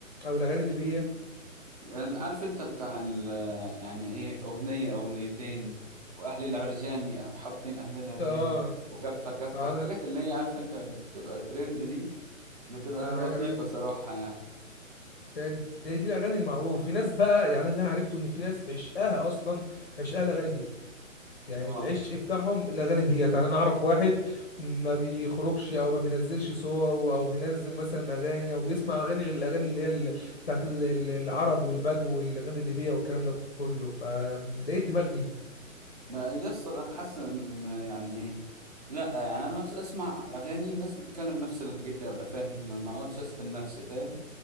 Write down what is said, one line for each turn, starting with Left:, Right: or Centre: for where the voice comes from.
Left: او الاغاني الليبيه
Right: يعني عارف انت بتاع ال يعني ايه اغنية اغنيتين واهل العرجاني يعني حاطين اهل العرجاني
Left: اه
Right: وكفة كفة
Left: اه
Right: الحاجات اللي هي عارف انت بتبقى ترند دي بتبقى
Left: انا
Right: لطيفة
Left: انا
Right: صراحة يعني
Left: دي دي الاغاني المعروفه في ناس بقى يعني اللي انا عرفته ان في ناس عشقاها اصلا عشقاها الاغاني دي يعني
Right: اه
Left: العشق بتاعهم الاغاني ديت يعني انا اعرف واحد ما بيخرجش او ما بينزلش صور او بينزل مثلا اغاني او بيسمع اغاني غير الاغاني اللي هي ال- بتاعت ال- ال- العرب والبدو والاغاني الليبيه والكلام ده كله فده ايه الدماغ دي
Right: ما يصل انا حاسس ان يعني ايه لا يعني انا بس اسمع اغاني الناس بتتكلم نفس لهجتي ابقى فاهم ما ما اقعدش اسحل نفسي فاهم